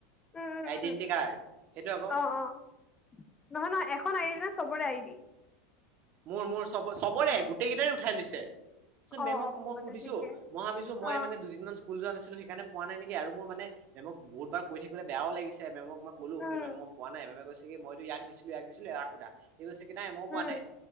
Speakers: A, on the left (about 20°); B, on the right (about 50°).
A: উম, উম,
B: আইডেন্টি
A: উম
B: কাৰ্ড সেইটো আকৌ
A: অ' অ' নহয় নহয় এখন আহ সবৰে আই দি
B: মোৰ মোৰ চব চবৰে গোটেই কেইটাৰে উঠাই লৈছে। চোন
A: অ
B: মেমক
A: অ
B: মই
A: অ
B: সুধিছো
A: তে ঠিকে
B: মই ভাবিছো
A: অ
B: মই মানে দুদিনমান স্কুল যোৱা নাছিলো সেইকাৰণে পোৱা নাই নেকি মোৰানে মেমক বহুত বাৰ ক থাকিব বেও লাগিছে মেমক মই কলো
A: উম
B: কি মেম মই প নাই মমে কৈছে মইতোয়াক দিছিলো ইয়াক দিছিলো এৰা সধা কৈছে কি নাই মইও
A: উম
B: পোৱা নাই